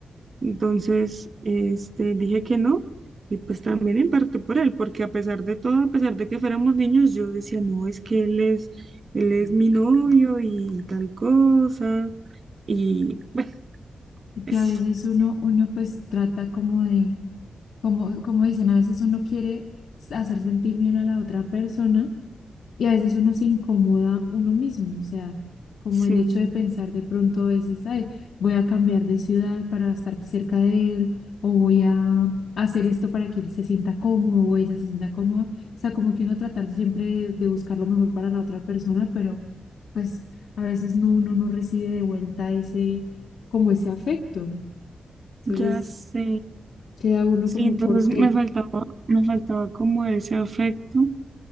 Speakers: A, on the right; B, on the left.
A: Entonces, este, dije que no, y pues también en parte por él, porque a pesar de todo, a pesar de que fuéramos niños, yo decía, no, es que él es, él es mi novio y tal cosa, y bueno,
B: Y que
A: eso.
B: a veces uno, uno pues trata como de, como, como dicen, a veces uno quiere hacer sentir bien a la otra persona Y a veces uno se incomoda uno mismo, o sea, como
A: Sí,
B: el hecho de pensar de pronto a veces, ay, voy a cambiar de ciudad para estar cerca de él, o voy a hacer esto para que él se sienta cómodo o ella se sienta cómoda. O sea, como que uno tratar siempre de, de buscar lo mejor para la otra persona, pero pues a veces no, uno no recibe de vuelta ese, como ese afecto. Entonces
A: ya sé.
B: queda uno
A: Sí,
B: como,
A: entonces
B: ¿por qué?
A: me faltaba, me faltaba como ese afecto,